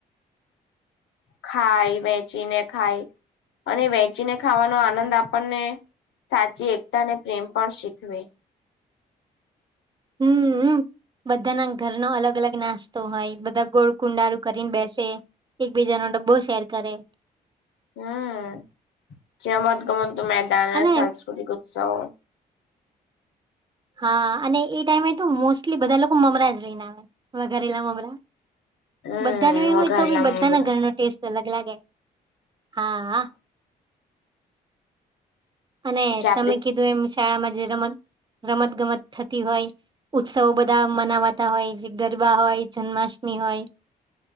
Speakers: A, on the right; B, on the left.
A: <inaudible>
B: ખાય વેચીને ખાય અને વેચીને ખાવાનો આનંદ આપણને સાચી એકતા ને પ્રેમ પણ શીખવે
A: હમ બધાના ઘર નો અલગ અલગ નાસ્તો હોય બધા ગોળ કુંડારું કરીને બેસે એકબીજા નો ડબ્બો શેર કરે
B: હમ ચનામદગમંત મેદાન
A: અને
B: સાંસ્કૃતિક ઉત્સવ
A: હા અને એ ટાઈમે તો મોસ્ટલી બધા લોકો મમરા જ લઈને આવે વઘરેલા મમરા
B: હમ
A: બધા ન એવુ
B: વઘારેલા
A: હોય તો બધાના
B: મમરા
A: ઘરનો ટેસ્ટ અલગ લાગે હા અને
B: પછી આપડી
A: તમે કીધું એમ શાળામાં જે રમત રમત ગમત થતી હોય ઉત્સવો બધા મનાવાતા હોય જે ગરબા હોય જન્માષ્ટમી હોય